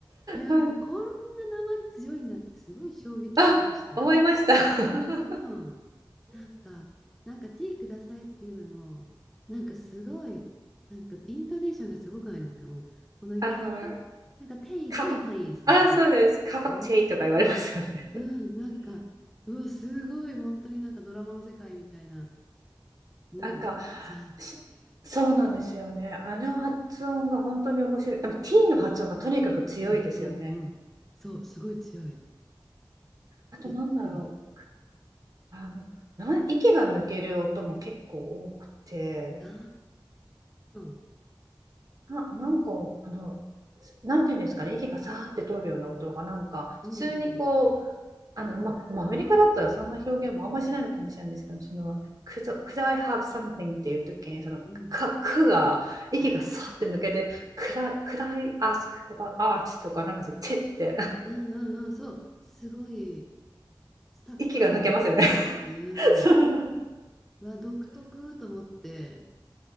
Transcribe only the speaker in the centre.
いや、
もうこんな訛り強いんだって、すごい衝撃的でしたもん。
うん。なんか、なんかティーくださいっていうのも、なんかすごい、なんかイントネーションがすごくないですかもう、この、like,
Can I have, なんか tea,
tea please
みたいな。
すごい。うん、
なんか、うわ、すごい、本当になんかドラマの世界みたいな。もう、
ザっていう。
うん、うん、うん。そう、すごい強い。
びっくり。
ああ、
うんうん
うん。
ああ、
うんうんうん、そう、すごい。
スタッカーとか聞いてるっていう、
は独特と思って、